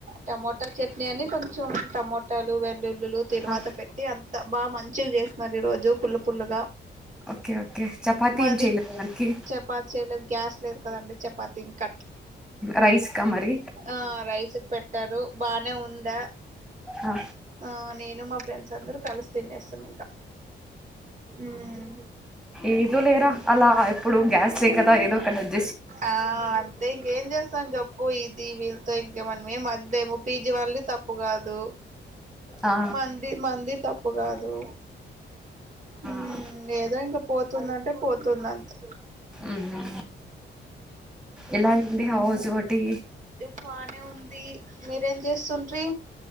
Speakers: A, on the right; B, in the centre.
A: టమోటా చట్నీ అని కొంచెం టమో టాలు వెల్లుల్లి లు తిరువాత
B: ఆ,
A: పెట్టి అంత బా మంచిగా చేసినారు ఈ రోజు, పుల్ల పుల్లగా
B: ఓకే ఓకే చపాతి
A: మాది
B: ఏం చేయలేదు దానికి
A: చపాతి చేయలేదు గ్యాస్ లేదు కదండి, చపాతి ఇంకట్
B: రైస్ కా మరి
A: ఆ రైస్ కి పెట్ టరు బానే ఉండ
B: ఆ,
A: ఆ నేను మా ఫ్రెండ్స్ అందరు కలిస్ తినేస్తాం ఇంకా మ్మ్
B: ఏదో లేరా అలా ఇప్పుడు గ్యాస్ సే కదా ఏదో ఒకట అడ్
A: ఆ అంతే ఇంకేం చేస్తాం చెప్పు, ఈ టీ వీ తో ఇంకే మన్ మడ్డము పీ జీ వాళ్ళు ది తప్పు కాదు
B: ఆ
A: మన్ది మన్ది తప్పు కాదు. ఉమ్
B: ఆ
A: ఏదో ఇంక పోతుందంటే పోతుంది అంతే
B: ఉహు ఎలా అయ్యింది హౌస్ ఒటి
A: మ్మ్ బానే ఉంది మీరేం చేస్తుంట్రి